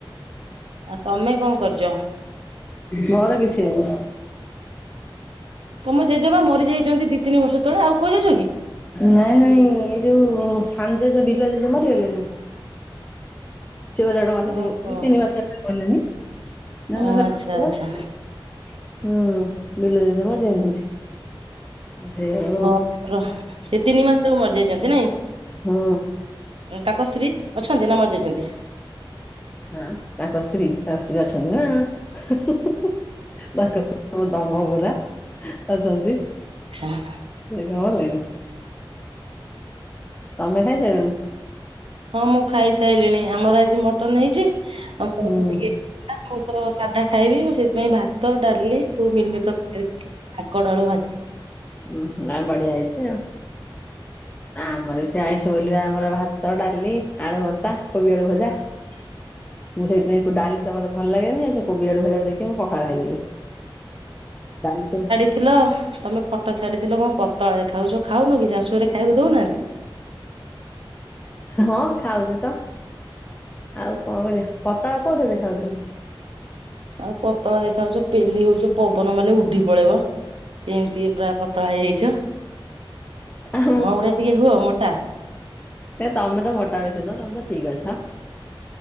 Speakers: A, on the right; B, on the left.
A: ଆଉ ତମେ କଣ କରିଛ?
B: ମୋର କିଛି ହେଇନି।
A: ତମ ଜେଜେବା ମରିଯାଇଚନ୍ତି ଦି ତିନି ବର୍ଷ ତଳେ ଆଉ କୋଉ ଜେଜ କି?
B: ନାଇଁ ନାଇଁ ଏଇ ଯୋଉ ସାନ ଜେଜେ ବିଲୁଆ ଜେଜ ମରିଗଲେନି। ଶିବ ଜାଗ ମାସ
A: ଓହୋ
B: ଦିନ୍ ଦି ତିନି ମାସ ଗଲେଣି ଜାଣିଲ
A: ଓ ଆଚ୍ଛା
B: ତ
A: ଆଚ୍ଛା
B: ହୁଁ ବିଲୁ ଜେଜେ ମରି ଯାଇଚନ୍ତି ଆ ସେଇଆ ଆଉ।
A: ଓ ସେ ତିନି ମାସ ମରି ଯାଇଚନ୍ତି ନାଇଁ
B: ହଁ
A: ତାଙ୍କ ସ୍ତ୍ରୀ ଅଛନ୍ତି ନା ମରି ଯାଇଚନ୍ତି।
B: ହଁ ତାଙ୍କ ସ୍ତ୍ରୀ ତାଙ୍କ ସ୍ତ୍ରୀ ଅଛନ୍ତି ନା। ତାଙ୍କ ସ୍ତ୍ରୀ ଦମ୍ଭ ପରା ଅଛନ୍ତି।
A: ଆଛା।
B: ସେ କଣ ହେଲେଣି ତମେ ଖାଇସାରିଲଣି?
A: ହଁ ମୁଁ ଖାଇସାରିଲିଣି ଆମର ଆଜି ମଟନ ହେଇଚି। <unintelligible>
B: ହୁଁ
A: ହେ ମୁଁ ତ ସାଧା ଖାଇବି, ମୁଁ ସେଥିପାଇଁ ଭାତ ଡାଲି ମିଲମିକର <unintelligible>
B: ଉ ନା ବଢିଆ ହେଇଚି ଆଉ। ଆମର ବି ସେ ଆଇଁଷ ବୋଲିବା ଆମର ଭାତ ଡାଲି ଆଳୁ ଭତ୍ତା କୋବି ଆଳୁ ଭଜା। ମୁଁ ସେଇଠି ଡାଲି ତ ମତେ ଭଲ ଲାଗେନି, ଆଉ ସେ କୋବି ଆଡୁ ଭଜାକୁ ଦେଖି ମୁଁ ପକାଳ ଖାଇଦେବି। <unintelligible>
A: ଥିଲ ତୁମେ ଫଟୋ ଛାଡ଼ିଥିଲ କଣ ପତଳା ଦେଖାଉଛ, ଖାଉନ କି ଶାଶୁଆରେ ଖାଇବାକୁ ଦୋଉନାହାନ୍ତି?
B: ହଁ ଖାଉଚି ତ। ଆଉ କଣ କରିବା ପତଳା କୋଉ ଥିରେ ଦେଖାଉଥିଲି?
A: ଆଉ ପତଳା ଦେଖାଯାଉଚ, ପେଲି ହୋଉଚ ପବନ ମାଇଲେ ଉଡିି ପଳେଇବ। ସେମିତି ପୁରା ପତଳା ହେଇଯାଇଚ,
B: ଆଉ
A: ମୋ ଭଳିଆ ଟିକେ ହୁଅ ମୋଟା।
B: ହେ ତମେ ତ ମୋଟା ବିଶି ନୁହଁ ତମେ ତ ଠିକ ଅଛ।